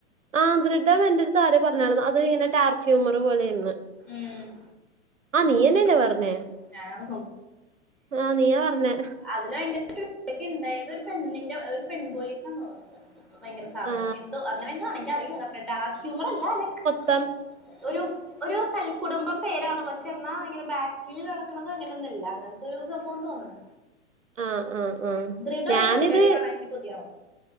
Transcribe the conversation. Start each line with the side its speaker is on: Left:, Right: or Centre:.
Right: ആഹ് ദൃടം എന്റെ അടുത്ത് ആരോ പറഞ്ഞാരുന്നു, അത് ഇങ്ങനെ ടാർക്ക് ഹ്യൂമർ പോലെണെന്ന്.
Centre: ഉം
Right: ആഹ് നീയന്നെല്ലേ പറഞ്ഞേ,
Centre: ഞാനാണ്
Right: ആഹ് നീയാ പറഞ്ഞെ.
Centre: അതില് ഭയങ്കര <unintelligible> ക്കേ ണ്ടായത് ഒരു പെണ്ണിന്റെ ഒരു പെൺ പോലീസാന്ന് തോന്ന <unintelligible> ഭയങ്കര സാധനം
Right: ആ
Centre: എന്തോ അങ്ങനെ എന്തോ എനക്ക് അറിയാം അതൊക്കെ ഡാക്ക് ഹ്യൂമർ അല്ലാ ലൈക്ക്
Right: തം.
Centre: ഒരു ഒരു സൽക്കുടുംബം പേരാണ് പക്ഷെ എന്നാ ഇങ്ങനെ ബാക്കിൽ നടക്കണത് അങ്ങനെയൊന്നുല്ല, അങ്ങൻത്തെ ഒരു സംഭവാന്ന് തോന്നണ്.
Right: ആ ആ ആ
Centre: ദൃടം
Right: ഞാനിത്
Centre: അല്ലെങ്കി അതിരടി കാണാൻ എനിക്ക് കൊതിയാവ്നു.